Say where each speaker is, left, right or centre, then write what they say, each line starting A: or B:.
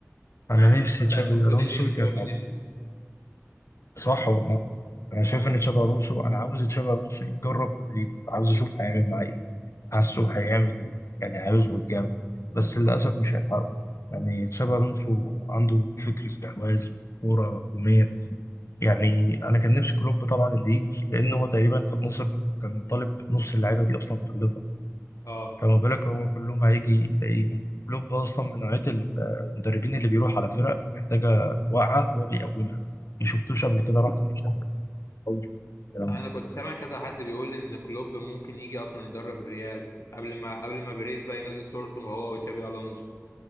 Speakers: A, on the left; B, on the left.
A: أنا
B: مع إن
A: نفسي
B: بتاع
A: تشابي
B: المفروض
A: ألونسو
B: اللي يمشي
A: يكمل
B: هو فينيسيوس
A: صح والله انا شايف ان تشابي الونسو انا عاوز تشابي الونسو يجرب رودريجو عاوز اشوف هيعمل معاه ايه حاسه هيعمل يعني هيظبط جامد بس للاسف مش هيلحقه يعني تشابي الونسو عنده فكر استحواذ كوره هجوميه يعني انا كان نفسي كلوب طبعا اللي يجي لان هو تقريبا كان نصب كان طالب نص اللعيبه دي اصلا في الليفر
B: اه
A: فما بالك هو كلهم هيجي يلاقيهم كلوب اصلا من نوعيه المدربين اللي بيروح على فرق محتاجه واقعه هو بيقومها ما شفتوش قبل كده راح مش بس أول شوف الكلام
B: انا
A: ده.
B: كنت سامع كذا حد بيقول ان كلوب ممكن يجي اصلا يدرب الريال قبل ما قبل ما بيريز بقى ينزل صورته هو وتشابي الونزو